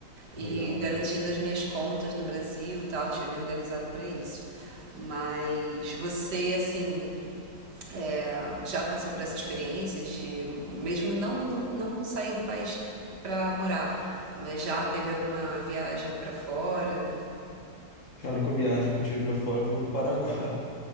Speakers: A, on the left; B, on the right.
A: legal.
B: e garantindo as minhas contas no Brasil e tal, tinha me organizado para isso. Mas você, assim, é, já passou por essa experiência de, mesmo não, não, não sair do país para morar, mas já teve alguma viagem para fora?
A: A única viagem que eu tive para fora foi para o Paraguai.